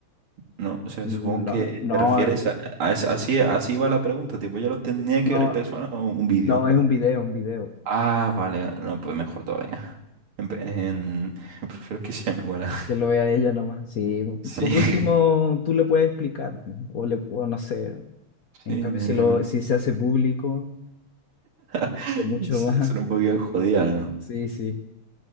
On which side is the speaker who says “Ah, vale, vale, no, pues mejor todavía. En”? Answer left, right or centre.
Right